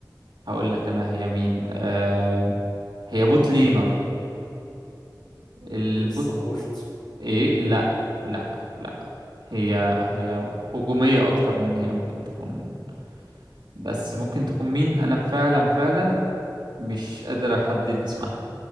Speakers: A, on the right (about 80°); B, on the left (about 75°).
A: هقول لك انا هي مين آه هي بوت لينر البوت
B: ليه مش سبورت
A: ايه لا لا لا هي هي هجومية اكتر من هي ممكن تكون بس ممكن تكون مين انا فعلا فعلا مش قادر احدد اسمها